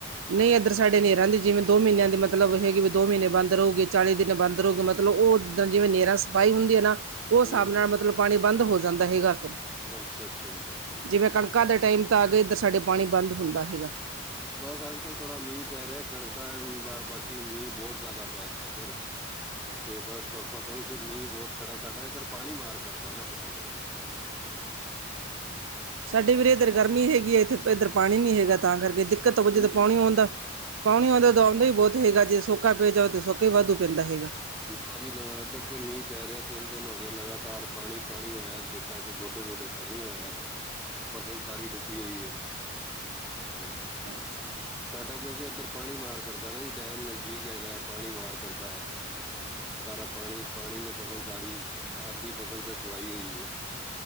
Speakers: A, on the right; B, in the centre.
A: ਨਹੀਂ ਇੱਧਰ ਸਾਡੇ ਨਹੀਂ ਰਹਿੰਦੀ ਜਿਵੇਂ ਦੋ ਮਹੀਨਿਆਂ ਦੀ ਮਤਲਬ ਹੈਗੀ ਵੀ ਦੋ ਮਹੀਨੇ ਬੰਦ ਰਹੇੂਗੀ ਚਾਲੀ ਦਿਨ ਬੰਦ ਰਹੂਗੀ ਮਬ- ਮਤਲਬ ਉਹ ਉੱਦਰ ਜਿਵੇਂ ਨੇਰਾਂ ਸਫਾਈ ਹੁੰਦੀ ਹੈ ਨਾ ਉਸ
B: ਹਮ
A: ਹਿਸਾਬ ਨਾਲ ਮਤਲਬ ਪਾਣੀ ਬੰਦ ਹੋ ਜਾਂਦਾ ਹੈਗਾ-
B: ਅੱਛਾ ਅੱਛਾ ਜੀ ਅੱਛਾ ਜੀ
A: ਜਿਵੇਂ ਕਣਕਾਂ ਦੇ ਟਾਈਮ ਤਾਂ ਆ ਗਏ ਇੱਧਰ ਸਾਡੇ ਪਾਣੀ ਬੰਦ ਹੁੰਦਾ ਹੈਗਾ-
B: ਹਮ- <inaudible> ਬਸ ਅੱਜ ਕੱਲ ਥੋੜਾ ਮੀਂਹ ਪੈ ਰਿਹਾ ਕਣਕ ਬਾਕੀ ਮੀਂਹ ਬਹੁਤ ਜਿਆਦਾ ਪੈ ਰਿਹਾ ਇੱਧਰ- ਤੇ ਬਸ ਫ ਫਸਲ ਚ ਮੀਂਹ ਬਹੁਤ ਖੜਾ ਸਾਡਾ ਇੱਧਰ ਪਾਣੀ ਮਾਰ ਕਰਦਾ ਹਨ ਨਾ ਫਸਲਾਂ ਦੀ-
A: ਸਾਡੇ ਵੀਰੇ ਅਧਰ ਗਰਮੀ ਹੈਗੀ ਹੈ ਇੱਥੇ- ਇੱਧਰ ਪਾਣੀ ਨੀ ਹੈਗਾ ਤਾਂ ਕਰਕੇ ਦਿੱਕਤ ਹੋਜੇ
B: ਜੀ
A: ਤਾਂ ਪਾਣੀ ਆਉਂਦਾ ਪਾਉਣੀ ਆਉਂਦਾ ਦ ਆਉਂਦਾ ਵੀ ਬਹੁਤ ਹੈਗਾ- ਜੇ ਸੋਕਾ ਪੈ ਜਾਵੇ ਤਾਂ ਸੋਕਾ ਹੀ ਵਾਧੂ ਪੈਂਦਾ ਹੈਗਾ-
B: ਨਾ ਜੀ ਨਾ ਇੱਧਰ ਤੇ ਮੀਂਹ ਪੈ ਰਿਹਾ ਤਿੰਨ ਦਿਨ ਹੋ ਗਏ ਲਗਾਤਾਰ ਪਾਣੀ ਪਾਣੀ ਹੋਇਆ- ਖੇਤਾਂ ਚ ਗੋਡੇ ਗੋਡੇ ਪਾਣੀ ਹੋਇਆ ਹੋਇਆ ਫਸਲ- ਸਾਰੀ ਡੁੱਬੀ ਹੋਈ ਹੈ ਹ-
A: ਅੱਛਾ-
B: ਸਾਡਾ ਕਿਉਂਕਿ ਇੱਧਰ ਪਾਣੀ ਮਾਰ ਕਰਦਾ ਨਾ ਜੀ ਡੈਮ ਨਜ਼ਦੀਕ ਹੈਗਾ ਹੈ ਪਾਣੀ ਮਾਰ ਕਰਦਾ ਹੈ- ਸਾਰਾ ਪਾਣੀ ਪਾਣੀ ਨੇ ਫਸਲ ਸਾਰੀ ਅੱਧੀ ਫਸਲ ਤੇ ਸਵਾਈ ਹੋਈ ਹੈ-